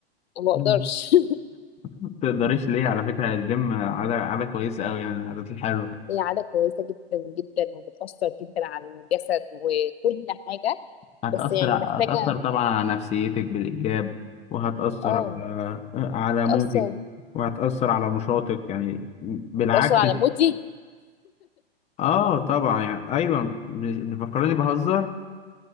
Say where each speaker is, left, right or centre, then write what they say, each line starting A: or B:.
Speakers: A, on the left; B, on the left.
A: ما بقدرش
B: مم. ما تقدريش ليه على فكرة الجيم عادة عادة كويسة أوي يعني العادات الحلوة
A: <laughs> هي عاده كويسه جدا جدا وبتاثر جدا على الجسد وكل حاجه
B: هتأثر
A: بس يعني
B: هتأثر
A: محتاجه
B: طبعا على نفسيتك بالإيجاب وهتأثر
A: اه
B: على على
A: تأثر
B: مودك وهتأثر على نشاطك يعني بالعكس
A: تأثر على مودي
B: اه طبعا يعني أيوه مش- فكرني بهزر